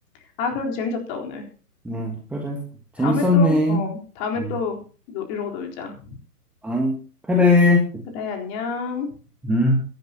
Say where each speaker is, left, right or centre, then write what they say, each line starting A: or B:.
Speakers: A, on the left (about 30°); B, in the centre.
A: 아, 그래도 재밌었다, 오늘.
B: 음, 그래. 재밌었네.
A: 다음에 또, 어, 다음에
B: 음,
A: 또 노- 이러고 놀자.
B: 안, 그래.
A: 그래, 안녕.
B: 음.